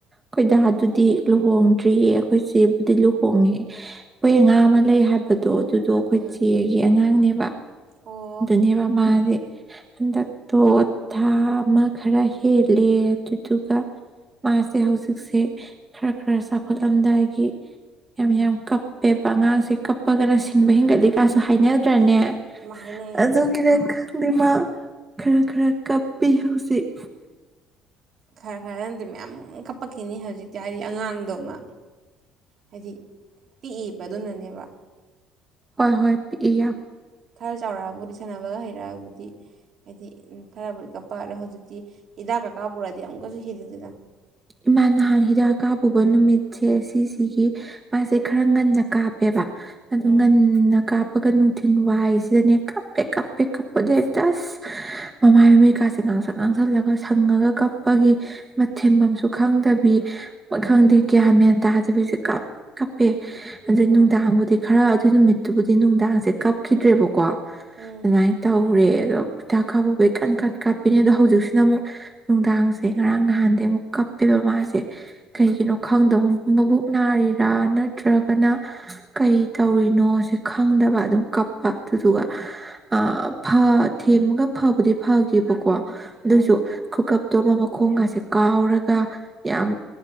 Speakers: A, on the right; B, on the right.
A: ꯈꯣꯏꯗꯥꯗꯨꯗꯤ ꯂꯨꯍꯣꯡꯗ꯭ꯔꯤꯌꯦ ꯑꯩꯈꯣꯏ ꯆꯦꯕꯨꯗꯤ ꯂꯨꯍꯣꯡꯉꯦ ꯑꯩꯈꯣꯏ ꯑ ꯉꯥ ꯑꯃ ꯂꯩ ꯍꯥꯏꯕꯗꯣ ꯑꯗꯨꯗꯣ ꯑꯩꯈꯣꯏ
B: ꯎꯝ
A: ꯆꯦꯒꯤ ꯑꯉꯥꯡꯅꯦ ꯋꯥ
B: ꯑꯣ
A: ꯅꯤꯌꯥꯕ ꯃꯥꯖꯤ ꯍꯟꯗꯛꯇꯣ ꯊꯥ ꯑꯃ ꯈꯔ ꯍꯦꯜꯂꯦ ꯑꯗꯨꯗꯨꯒ ꯃꯥꯁꯦ ꯍꯧꯖꯤꯛꯁꯦ ꯈꯔ ꯈꯔ ꯆꯥꯎꯈꯠꯂꯝꯗꯥꯏꯒꯤ ꯌꯥꯝ ꯌꯥꯝ ꯀꯞꯄꯦꯕ ꯑꯉꯥꯡ ꯀꯄꯒꯅ ꯁꯤꯡꯕ‌ ꯍꯦꯟꯒꯠ ꯑꯀꯥꯁꯨ ꯍꯥꯏꯅ ꯭ꯔꯅꯦ
B: ꯎꯝ ꯃꯥ ꯍꯥꯏꯅꯩ ꯍꯥꯏꯅꯩ
A: ꯑꯗꯨꯒꯤꯅ ꯃꯥ ꯈꯔ ꯈꯔ ꯀꯞꯄꯤ ꯍꯧꯖꯤꯛ
B: ꯈꯔ ꯈꯔꯪꯗꯤ ꯃꯌꯥꯝ ꯀꯞꯄꯛꯈꯤꯅꯤ ꯍꯧꯖꯤꯛꯇꯤ ꯍꯥꯏꯗꯤ ꯑꯉꯥꯡꯗꯣꯃ ꯍꯥꯏꯗꯤ ꯄꯤꯛꯏꯕꯗꯨꯅꯅꯦꯕ
A: ꯍꯣꯏ ꯍꯣꯏ ꯌꯥꯝ
B: ꯈꯔ ꯆꯥꯎꯔꯛꯒꯕꯨꯗꯤ ꯁꯥꯟꯅꯕꯒ ꯍꯩ ꯔꯥꯕꯨꯗꯤ ꯍꯥꯏꯗꯤ ꯊꯔꯕꯨꯗꯤ ꯀꯥꯄꯔꯦ ꯍꯧꯖꯤꯛꯇꯤ ꯍꯤꯗꯥꯛ ꯀꯀꯀꯥꯞꯄꯔꯗꯤ ꯑꯃꯨꯛꯀꯁꯨ ꯍꯤꯜꯂꯤꯗꯅ
A: ꯏꯃꯥ ꯅꯍꯥꯟ ꯍꯤꯗꯥꯛ ꯀꯥꯞꯄꯨꯕ ꯅꯨꯃꯤꯠꯁꯦ ꯁꯤꯁꯤꯒꯤ ꯃꯥꯁꯦ ꯈꯔ ꯉꯟꯅ ꯀꯥꯞꯄꯦꯕ ꯑꯗꯨ
B: ꯎꯝ
A: ꯉꯟꯅ ꯀꯥꯞ ꯀꯞꯄꯒ ꯅꯨꯡꯊꯤꯟ ꯋꯥꯏꯁꯤꯗꯅꯦ ꯀꯞꯄꯦ ꯀꯞꯄꯦ ꯀꯞꯄꯗ ꯖꯁ ꯃꯃꯥꯏ ꯃꯃꯤꯀꯥꯁꯦ ꯉꯥꯡꯁꯛ ꯉꯥꯡꯁꯜꯂꯒ ꯁꯪꯉꯒ ꯀꯞꯄꯒꯤ ꯃꯊꯦꯝꯐꯝꯨ ꯈꯪꯗꯕꯤ ꯈꯪꯗꯦ
B: ꯎꯝ
A: ꯀꯌꯥ ꯃꯦꯟ ꯇꯥ ꯁꯦ ꯀꯥꯞ ꯀꯞ ꯄꯦ ꯑꯗꯩ
B: ꯎꯝ
A: ꯅꯨꯡꯗꯥꯡꯕꯨꯗꯤ ꯈꯔ ꯑꯗꯨꯏ ꯅꯨꯃꯤꯠꯇꯨꯕꯨꯗꯤ ꯅꯨꯡꯗꯥꯡꯁꯦ ꯀꯞꯈꯤꯗ꯭ꯔꯦꯕꯀꯣ
B: ꯎꯝ
A: ꯑꯗꯨꯃꯥꯏ ꯇꯧ ꯄꯨꯔꯛꯑꯦ ꯑꯗꯣ ꯍꯤꯗꯥꯛ ꯀꯥꯞꯄꯨꯕꯩ ꯀꯟ ꯀꯟ ꯀꯞꯄꯤꯅꯦ ꯑꯗꯣ ꯍꯧꯖꯤꯛꯁꯤꯅ ꯑꯃꯨꯛ ꯅꯨꯡꯗꯥꯡꯁꯦ ꯉꯔꯥꯡ ꯉꯍꯥꯟꯗꯩ ꯑꯃꯨꯛ ꯀꯞꯄꯦꯕ ꯃꯥꯁꯦ ꯀꯩꯒꯤꯅꯣ
B: ꯎꯝ
A: ꯈꯪꯗꯕ ꯃꯕꯨꯛ ꯅꯥꯔꯤꯔꯥ ꯅꯠꯇ꯭ꯔꯒꯅ ꯀꯩ ꯇꯧꯔꯤꯅꯣꯁꯦ ꯈꯪꯗꯕ ꯑꯗꯨꯝ ꯀꯞꯄ ꯑꯗꯨꯗꯨꯒ ꯑꯥ ꯐ ꯊꯦꯝꯃꯒ ꯐꯕꯨꯗꯤ ꯐꯒꯤꯕ ꯀꯣ ꯑꯗꯨꯏꯁꯨ
B: ꯎꯝ
A: ꯈꯨꯀꯞ ꯑꯇꯣꯞꯄ ꯃꯈꯣꯡꯒꯥꯁꯦ ꯀꯥꯎꯔ ꯑꯥ ꯌꯥꯝ